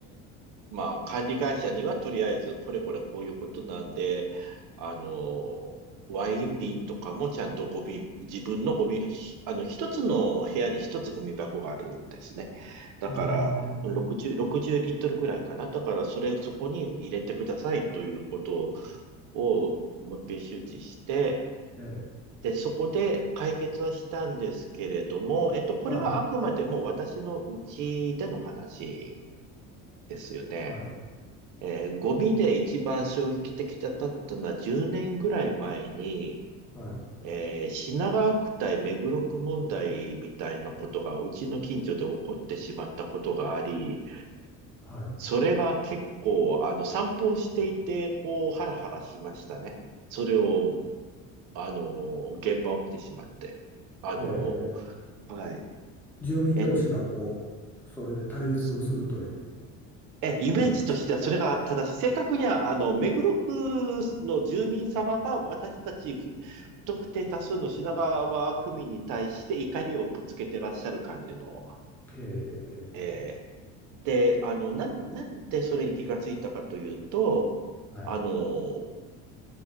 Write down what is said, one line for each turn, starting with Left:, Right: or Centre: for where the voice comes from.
Right: まあ、管理会社にはとりあえず、これこれこういうことなんで、あの、ワイン瓶とかもちゃんとゴミ、自分のゴミ、ひあの、一つの部屋に一つゴミ箱があるんですね。だから、
Centre: うーん、
Right: 60、60リットルぐらいかな。だから、それをそこに入れてくださいということを、もう一遍周知して、
Centre: ええ
Right: で、そこで解決はしたんですけれども、えっと、これはあくまでも私のうちでの話
Centre: は
Right: ですよね。
Centre: い、はい、
Right: えーゴミで一番衝撃的だったのは10年ぐらい前に、
Centre: はい、
Right: えー品川区対目黒区問題みたいなことがうちの近所で起こってしまったことがあり、
Centre: はい。
Right: それが結構、あの、散歩をしていて、こう、ハラハラしましたね。それを、あの、現場を見てしまって。あの、
Centre: えー
Right: はい。
Centre: 住民同士がこう、
Right: えっ
Centre: それで対立をするという
Right: と、え、イメージとしてはそれが正しい。
Centre: ところですか。
Right: 正確には、あの、目黒区の住民様が私たち不不特定多数の品川区民に対して怒りをぶつけてらっしゃる感じの、
Centre: へえ、
Right: えーで、あの、なん、なんでそれに気がついたかというと、
Centre: はい。
Right: あの、